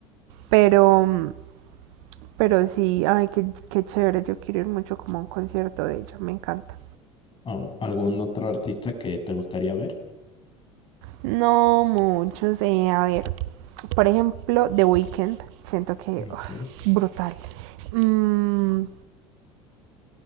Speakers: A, on the right (about 70°); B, on the left (about 30°).
A: Pero mm, Pero sí, ay, qué, qué chévere, yo quiero ir mucho como a un concierto de ella, me encanta.
B: ¿O algún otro artista que te gustaría ver?
A: No muchos, eh, a ver, por ejemplo, The Weeknd, siento que
B: Ok.
A: uf, brutal. Mm,